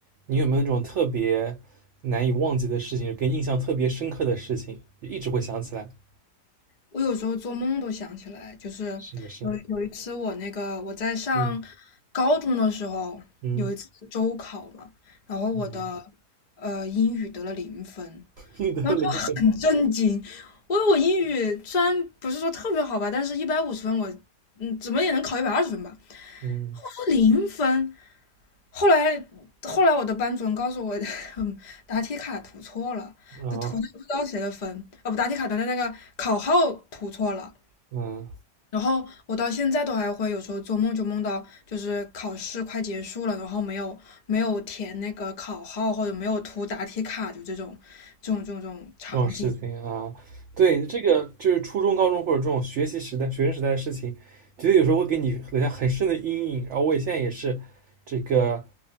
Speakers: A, on the right; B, on the left.
A: 你有没有那种特别难以忘记的事情，给你印象特别深刻的事情，就一直会想起来？
B: 我有时候做梦都想起来，就是有有一次我那个我在上
A: 什么事？嗯
B: 高中的时候，
A: 嗯，
B: 有一次周考嘛，然后我的
A: <laughs>
B: 呃英语得了零分，
A: 你的灵魂，
B: 然后就很震惊。我我英语虽然不是说特别好吧，但是一百五十分我，嗯，怎么也能考一百二十分吧。
A: 嗯
B: 我说零分，后来后来我的班主任告诉我，<laughs> 嗯答题卡涂错了，
A: 啊
B: 就涂的不知道谁的分，啊不，答题卡的那个考号涂错了。
A: 嗯，
B: 然后我到现在都还会有时候做梦就梦到，就是考试快结束了，然后没有没有填那个考号或者没有涂答题卡，就这种这种这种这种场景。
A: 这种事情啊，对，这个就是初中、高中或者这种学习时代、学生时代的事情，觉得有时候会给你留下很深的阴影。然后我也现在也是，这个